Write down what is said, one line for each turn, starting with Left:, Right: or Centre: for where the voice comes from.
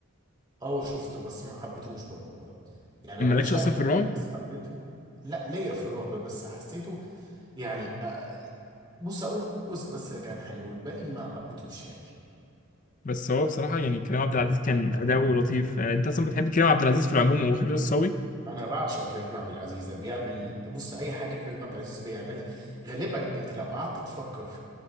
Right: اه شفته بس ما حبيتهوش برضه يعني
Left: مالكش
Right: انا مش
Left: اصلا
Right: عارف
Left: في الرعب
Right: كل الناس حبته لا ليا في الرعب بس حسيته يعني آه، بص اقول جزء بس اللي كان حلو الباقي ما حبيتهوش يعني
Left: بس هو بصراحة يعني كريم عبد العزيز كان أداؤه لطيف آه، أنت أصلا بتحب كريم عبد العزيز في العموم أو خالد الصاوي؟
Right: انا بعشق كريم عبد العزيز ده بيعمل بص اي حاجه كريم عبد العزيز بيعملها غالبا انت لو قعدت تفكر